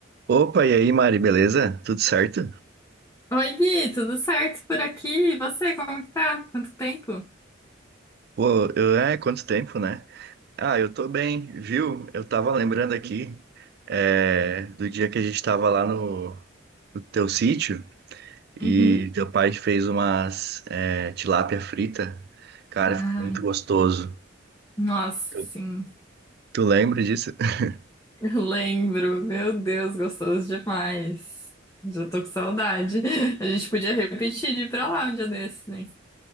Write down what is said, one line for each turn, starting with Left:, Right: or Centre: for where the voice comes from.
Right: Opa, e aí, Mari, beleza? Tudo certo?
Left: Oi, Gui, tudo certo por aqui? E você, como que tá? Quanto tempo?
Right: Pô, eu, é, quanto tempo, né? Ah, eu tô bem, viu? Eu tava lembrando aqui, é, do dia que a gente tava lá no, no teu sítio e
Left: Uhum.
Right: teu pai fez umas, é, tilápia frita. Cara,
Left: Ai,
Right: ficou muito gostoso.
Left: nossa,
Right: Tu
Left: sim.
Right: tu lembra disso? <laughs>
Left: Eu lembro. Meu Deus, gostoso demais. Já tô com saudade. A gente podia repetir de ir pra lá um dia desses, né?